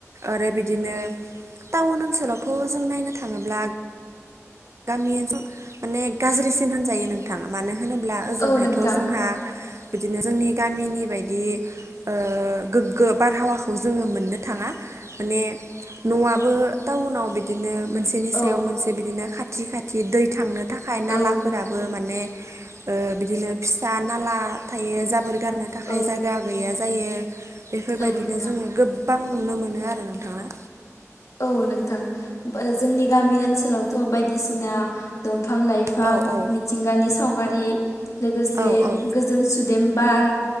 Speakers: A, on the right; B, on the left.
A: आरो बिदिनो टाउन ओनसोलावथ' जों नायनो थाङोब्ला गामिओनसो माने गाज्रिसिन होनजायो नोंथाङा मानो मानो होनोब्ला ओजोंहायथ'
B: औ नोंथां
A: जोंहा बिदिनो जोंनि गामिनि बायदि ओ गोग्गो बारहावाखौ जोङो मोननो थाङा। माने न'आबो टाउनाव बिदि बिदिनो मोनसेनि सायाव
B: औ
A: मोनसे बिदिनो खाथि-खाथि दै थांनो थाखाय नालाफोराबो
B: औ
A: माने ओ बिदिनो फिसा नाला थायो जाबोर गारनो थाखाय
B: औ
A: जायगा गैया जायो। बेफोरबायदिनो
B: औ नोंथां
A: जोङो गोबां नुनो मोनो आरो नोंथांङा।
B: औ नोंथां जोंनि गामि ओनसोलाव थ' बायदिसिना दंफां लाइफां
A: औ औ
B: मिथिंगानि सावगारि लोगोसे
A: औ औ
B: गोजोन सुदेमबार